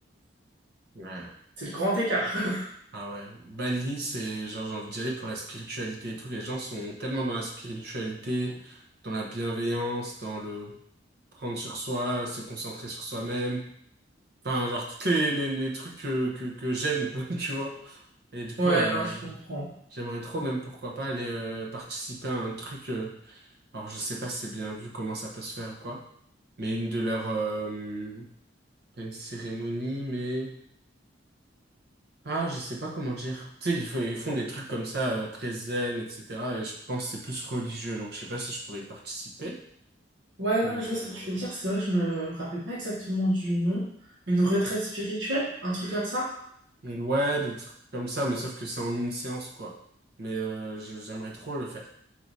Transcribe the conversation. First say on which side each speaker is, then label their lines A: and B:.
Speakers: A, on the right; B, on the right.
A: Ouais.
B: c'est le grand écart. <laughs>
A: Ah ouais. Bali, c'est genre, j'ai envie d'y aller pour la spiritualité et tout. Les gens sont tellement dans la spiritualité, dans la bienveillance, dans le prendre sur soi, se concentrer sur soi-même. Enfin, genre, tous les, les, les trucs que, que, que j'aime, <laughs> tu vois. Et du coup,
B: Ouais,
A: euh,
B: non, je comprends.
A: j'aimerais trop, même pourquoi pas, aller euh, participer à un truc. euh, alors, je sais pas si c'est bien vu comment ça peut se faire ou quoi, mais une de leurs euh, Pas une cérémonie, mais... Ah, je sais pas comment dire. Tu sais, ils, font- ils font des trucs comme ça, euh, très zen, etc. Et je pense que c'est plus religieux, donc je sais pas si je pourrais y participer.
B: Ouais,
A: Mais
B: non, mais je
A: euh,
B: vois ce que tu veux dire. C'est vrai que je me rappelle pas exactement du nom. Une retraite spirituelle, un truc comme ça.
A: mais ouais, des trucs comme ça, mais sauf que c'est en une séance, quoi. Mais euh, je- j'aimerais trop le faire.